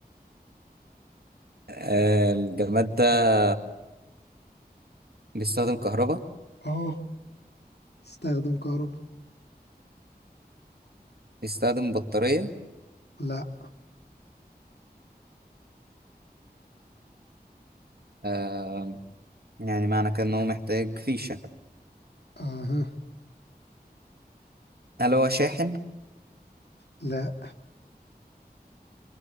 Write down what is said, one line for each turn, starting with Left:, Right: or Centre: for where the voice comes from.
Right: أه الجماد ده بيستخدم كهرباء
Left: اه استخدم كهرباء
Right: بيستخدم بطاريه
Left: لا
Right: أم... يعني معنى كده ان هو محتاج فيشه
Left: اها
Right: هل هو شاحن
Left: لا